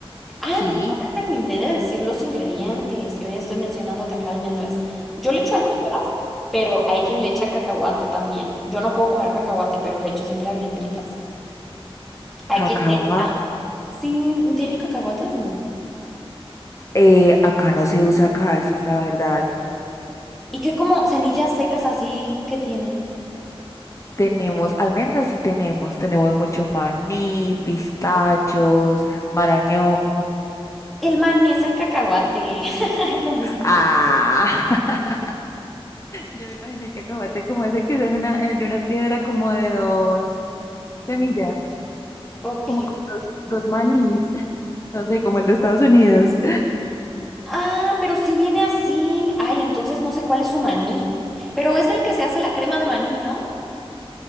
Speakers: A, in the centre; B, on the left.
A: Ah,
B: Sí,
A: pero no te terminé de decir los ingredientes. Yo ya estoy mencionándote acá almendras. Yo le echo almendras, pero hay quien le echa cacahuate también. Yo no puedo comer cacahuate, pero le echo siempre almendritas. Hay
B: cacahua.
A: quien le echa. Sí, ¿tienen cacahuates? No.
B: eh, acá no se usa casi, la verdad.
A: ¿Y qué como semillas secas así que tienen?
B: Tenemos almendras, sí tenemos. Tenemos mucho maní, pistachos, marañón.
A: El maní es el cacahuate. <laughs> Es lo mismo.
B: Ah, <laughs> yo me imaginé el cacahuate como ese que es en una, en una piedra como de dos semillas,
A: Ok.
B: como con dos, dos manís, <laughs> no sé, como el de Estados Unidos.
A: Ah, pero si viene así. Ay, entonces no sé cuál es su maní. Pero es el que se hace la crema de maní, ¿no?